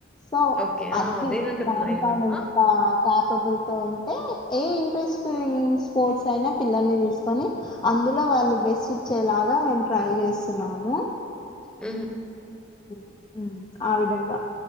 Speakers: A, on the left; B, in the centre.
A: సో
B: ఓకే.
A: అది
B: ఆ! అదేనంటున్నా
A: దానిపైన
B: నేను గూడా.
A: ఇంకా క్యాప్ బుల్ తొ ఉంటే ఏ ఇంట్రెస్టింగ్ స్పోర్ట్స్ కైన పిల్లల్ని తీసుకొని అందులో వాళ్ళు బెస్ట్ ఇచ్చేలాగా మేము ట్రై చేస్తున్నాము
B: ఉ
A: ఉ ఆ విధంగా